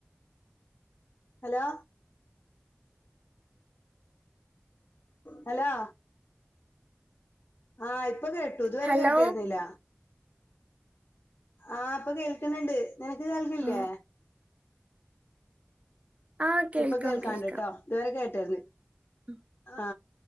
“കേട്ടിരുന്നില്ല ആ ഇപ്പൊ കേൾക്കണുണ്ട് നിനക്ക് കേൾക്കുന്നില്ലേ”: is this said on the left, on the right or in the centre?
Left